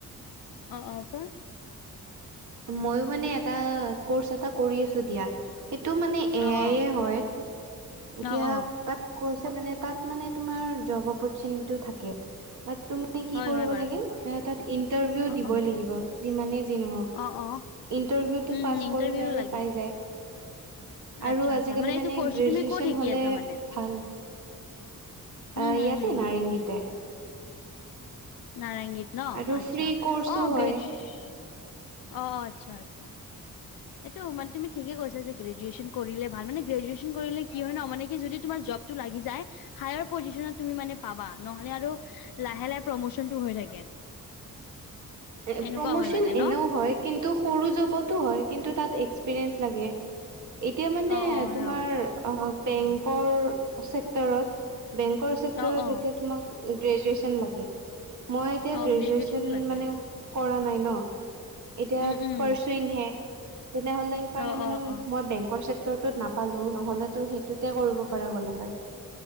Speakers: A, on the left (about 80°); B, on the right (about 55°).
A: অ', অ', কোৱা?
B: মইও মানে এটা কৰ্চ এটা কৰি আছো দিয়া। সেইটো মানে এ
A: অ
B: আই
A: অ
B: য়ে হয়। এতিয়া
A: অ', অ',
B: তাত কৈছে মানে তাত মানে তোমাৰ জবৰ কৰ্চিংটো থাকে। মানে তুমি কি
A: হয়,
B: কৰিব
A: হয় বাৰু
B: লাগে?
A: এনেকুৱা
B: তাত ইণ্টাৰভিউ
A: অ',
B: দিবই
A: অ',
B: লাগিব। যিমানে যি নহওক।
A: অ', অ',
B: ইণ্টাৰভিউটো
A: উম,
B: পাছ
A: ইণ্টাৰভিউ
B: কৰিলে আৰু
A: লাগে।
B: পাই যায়। আৰু
A: আচ্ছা,
B: আজিকালি
A: আচ্ছা এইটো
B: মানে
A: কৰ্চটো
B: গ্ৰেজুৱেচন
A: তুমি ক'ত শিকি
B: হ'লে
A: আছা মানে?
B: ভাল।
A: হম,
B: আ
A: হম,
B: ইয়াতে
A: হম,
B: নাৰিংগীতে।
A: নাৰায়েংগীত ন?
B: আৰু
A: আচ্ছা
B: ফ্ৰী কৰ্চো
A: অ,
B: হয়।
A: গ্ৰেজ অ, আচ্ছা-আচ্ছা। এইটো মানে তুমি ঠিকে কৈছা যে গ্ৰেজুৱেশ্যন কৰিলে ভাল। মানে গ্ৰেজুৱেশ্যন কৰিলে কি হয় ন? মানে কি যদি তোমাৰ জব টো লাগি যায়, হায়াৰ পজিশ্যনত তুমি মানে পাবা নহ'লে আৰু লাহে-লাহে প্ৰমোচনটো হৈ থাকে।
B: এ
A: এনেকুৱা
B: প্ৰমোশ্যন
A: হয় মানে ন
B: এনেও হয়। কিন্তু সৰু জববটো হয় কিন্তু তাত এক্সপিৰিয়েঞ্চ লাগে। এতিয়া মানে
A: অ', অ', হয়,
B: তোমাৰ আ বেংকৰ চেক্টৰত। বেঙ্কৰ চেক্টৰত
A: অ', অ',
B: এতিয়া তোমাক উম, গেজুৱেশ্যন লাগে। মই এতিয়া
A: অ',
B: গ্ৰেজুৱেচন
A: গ্ৰেজুৱেচনটো লাগে
B: মানে কৰা নাই ন, এতিয়া
A: উম, উম,
B: পাৰ্চংহে তেনেহলে সেইকাৰণে
A: অ',
B: মানে
A: অ', অ'।
B: মই বেংকৰ উত্তৰতো নাপালো নহ'লেতো সেইটোতে কৰিব পৰা গ'ল হয়।